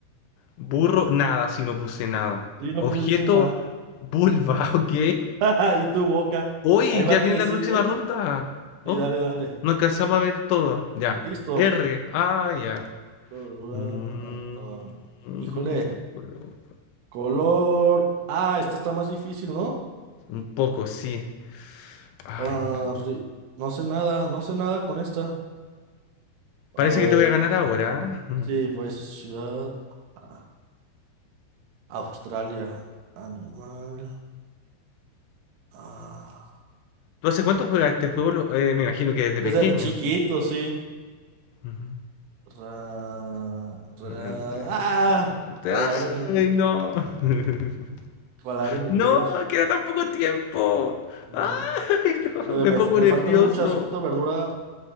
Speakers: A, on the left; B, on the right.
A: burro, nada, si no puse nada.
B: Sí, no
A: Objeto,
B: pusiste nada.
A: vulva, <laughs> ok.
B: <laughs> Y tu boca.
A: Hoy
B: Ahí va
A: ya
B: el
A: viene
B: que
A: la
B: sigue.
A: próxima
B: ¿eh?
A: ronda.
B: Sí,
A: Oh,
B: dale, dale.
A: no alcanzamos a ver todo. Ya.
B: Listo.
A: R.
B: <sighs>
A: Ah, ya.
B: Ah,
A: Mm,
B: ah, ah. Híjole.
A: colo-
B: Color. Ah, esta está más difícil, ¿no?
A: un poco, sí. Ay,
B: Ah,
A: re-
B: ri- no sé nada, no sé nada con esta.
A: parece
B: A ver.
A: que te voy a ganar ahora. ¿ah? <laughs>
B: Sí, pues ciudad. Ah, Australia. Animal. Ah,
A: ¿Tú hace cuánto juegas este juego? Lo- eh, me imagino que desde pequeño.
B: desde chiquito, sí.
A: Ujú.
B: Ra- ra-
A: Eh,
B: ah,
A: los gigantes.
B: palabra en inglés.
A: ¡Ay, no! <laughs>
B: Palabra en inglés.
A: ¡No! ¡Queda
B: oh,
A: tan poco tiempo!
B: no,
A: ¡Ay,
B: eh,
A: no! Me
B: me,
A: pongo
B: me
A: nervioso.
B: faltan muchas frutas, verdura.